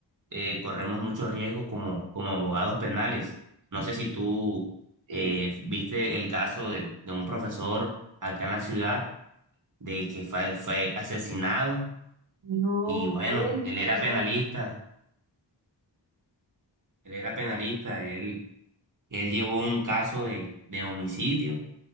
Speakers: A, on the right; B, on the right.
A: eh, corremos muchos riesgos como, como abogados penales. No sé si tú
B: eh,
A: eh, viste el caso de, de un profesor acá en la ciudad de que fue, fue asesinado
B: No,
A: y bueno,
B: cuéntame.
A: él era penalista, él era penalista, él, él llevó un caso de, de homicidio.